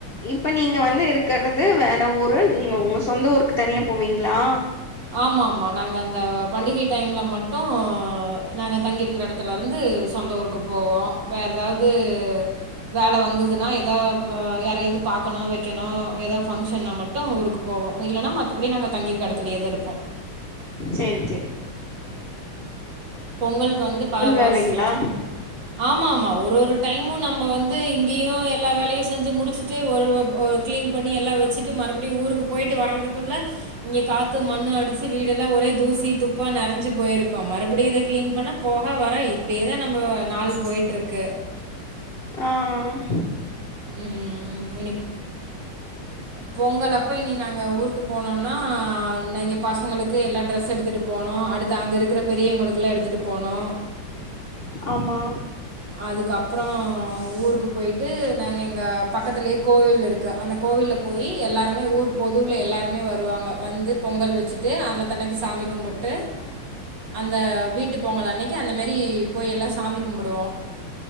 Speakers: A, on the left; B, on the right.
A: இப்ப நீங்க வந்து இருக்குறது வேற ஊரு நீங்க உங்க சொந்த ஊருக்கு தனியா போவீங்களா
B: ஆமா ஆமா நாங்க அந்த பண்டிகை டைம்ல மட்டும் நாங்க தங்கியிருக்கிற எடத்துலருந்து சொந்த ஊருக்கு போவோம் வேற எதாவது வேல வந்ததுன்னா எதாவ யாரையாது பாக்கணும் வக்கணும் எதாவது ஃபங்க்ஷன்னா மட்டும் ஊருக்கு போவோம் இல்லன்னா மத்தபடி நாங்க தங்கியிருக்கிற எடத்துலயே தா இருப்போம் போம்
A: சேரி சேரி
B: பொங்கலுக்கு வந்து பா ஃபஸ்ட்
A: வேலைங்களா
B: ஆம ஆமாம் ஒரு ஒரு டைமும் நம்ம வந்து இங்கேயும் எல்லா வேலயும் செஞ்சு முடிச்சுட்டு ஒரு கிளீன் பண்ணி எல்லாம் வச்சுட்டு மறுபடியும் ஊருக்கு போயிட்டு வர்றதுக்குள்ளே இங்கே காற்று மண்ணும் அடிச்சி வீடெலாம் ஒரே தூசி குப்பா நிறஞ்சு போயிருக்கோம் மறுபடியும் இதுக்கு கிளீன் பண்ணா போக வர இப்டியேதான் நம்ம நாள் போயிட்டுருக்கு
A: ஆஹ்
B: ம். இனி பொங்கல் அப்போ இனி நாங்கள் ஊருக்கு போனோன்னா எங்கள் பசங்களுக்கு எல்லா ட்ரெஸ் எடுத்துட்டு போனோம் அடுத்து அங்கே இருக்கிற பெரியவங்களுக்குலாம் எடுத்துட்டு போனோம்
A: ஆமா
B: அதுக்கப்பறம் ஊருக்கு போயி்ட்டு நானு எங்கள் பக்கத்துலயே கோவில் இருக்கு அந்த கோவில போய் எல்லோருமே ஊர் பொதுவில் எல்லோருமே வருவாங்க வந்து பொங்கல் வச்சுட்டு அன்னத்தன்னக்கு சாமி கும்பிட்டு அந்த வீட்டு பொங்கல் அன்னைக்கு அந்தமாரி போய் எல்லாம் சாமி கும்பிடுவோம்